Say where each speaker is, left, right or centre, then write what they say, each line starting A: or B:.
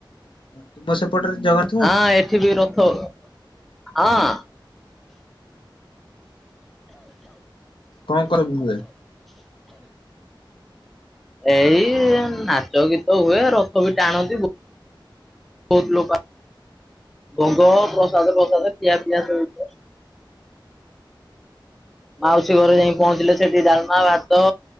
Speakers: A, on the left; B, in the centre.
A: ତୁମ ସେପଟରେ ଜଗନ୍
B: ହଁ ଏଠି ବି ରଥ ଆଁ।
A: କଣ କଣ ହୁଏ?
B: ଏଇ ନାଚ ଗୀତ ହୁଏ ରଥ ବି ଟାଣନ୍ତି। ବୋ ବହୁତ ଲୋକ ଭୋଗ ପ୍ରସାଦ ଫ୍ରସାଦ ଖିଆ ପିଆ ସବୁ ମାଉସୀ ଘରେ ଯାଇ ପହଞ୍ଚିଲେ ସେଠି ଡାଲମା, ଭାତ,